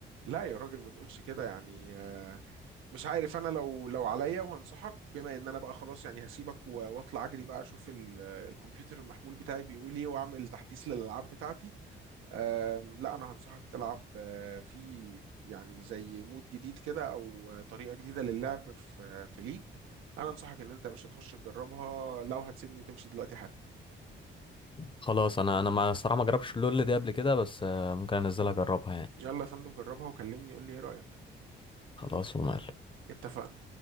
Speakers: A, on the right; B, on the left.
A: لا يا راجل ما تقولش كده يعني آه، مش عارف انا لو لو عليا وهنصحك بما ان انا بقى خلاص يعني هسيبك و- واطلع اجري بقى اشوف ال- الكمبيوتر المحمول بتاعي بيقول ايه واعمل تحديث للالعاب بتاعتي آم، لا انا هنصحك تلعب آه، في يعني زي مود جديد كده او آه، طريقه جديده للعب في آه، في ليج انا انصحك ان انت يا باشا تخش تجربها لو هتسيبني تمشي دلوقتي حالا
B: خلاص أنا أنا ما الصراحة ما جربتش اللول دي قبل كده بس آه، ممكن أنزلها أجربها يعني
A: يلا يا فندم جربها وكلمني قول لي ايه رايك
B: خلاص ومال
A: اتفقنا